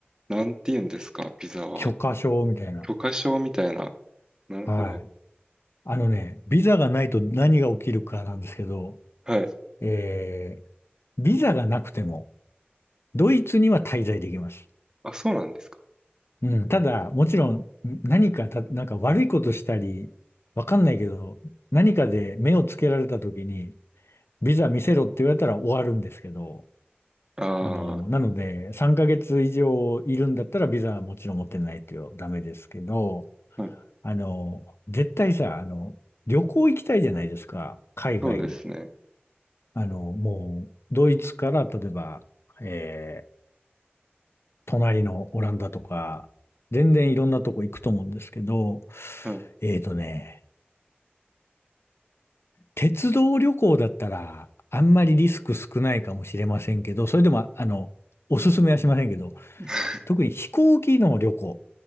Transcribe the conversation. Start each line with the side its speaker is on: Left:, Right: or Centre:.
Right: なんて言うんですか、ビザは。
Left: 許可証みたいな。
Right: 許可証みたいな。なるほど。
Left: はい。あのね、ビザがないと何が起きるかなんですけど、
Right: はい。
Left: えービザがなくても、ドイツには滞在できます。
Right: あ、そうなんですか。
Left: うん、ただ、もちろん、何かた、なんか悪いことしたり、わかんないけど、何かで目をつけられた時に、ビザ見せろって言われたら終わるんですけど、
Right: あ
Left: あの、なので、3ヶ月以上いるんだったら、ビザはもちろん持ってないとダメですけど、
Right: あ、はい。
Left: あの、絶対さ、あの、旅行行きたいじゃないですか、海外に。
Right: そうですね。
Left: あの、もう、ドイツから、例えば、えー隣のオランダとか、全然いろんなとこ行くと思うんですけど、
Right: はい。
Left: えーとね、鉄道旅行だったら、あんまりリスク少ないかもしれませんけど、それでも、あの、おすすめはしませんけど、
Right: <laughs>
Left: 特に飛行機の旅行、